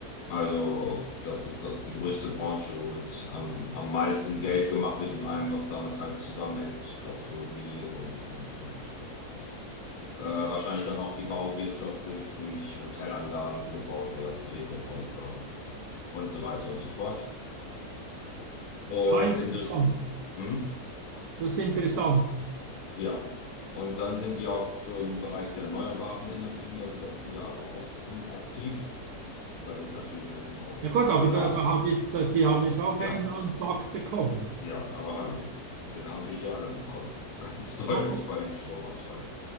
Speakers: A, on the left (about 80°); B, on the right (about 75°).
A: Also, das ist, das ist die größte Branche, womit am, am meisten Geld gemacht wird und allem, was damit halt zusammenhängt. Gastronomie und, und, und, ja. Äh, wahrscheinlich dann auch die Bauwirtschaft durch, durch Hotelanlagen, die gebaut werden, Ferienhäuser und so weiter und so fort. Und
B: Ah, interessant.
A: Indust hm?
B: Das ist interessant.
A: Ja. Und dann sind die auch so im Bereich der erneuerbaren Energien ja die letzten Jahre auch ziemlich aktiv. Da geht es natürlich um, um
B: Ja gut,
A: Solar.
B: aber da, da hat jetzt, da, die haben jetzt auch
A: Ja,
B: einen, einen Sack bekommen.
A: ja, aber hallo, den haben wir hier alle bekommen. Ganz <laughs> deutlich
B: Oh, oh,
A: bei dem Stromausfall.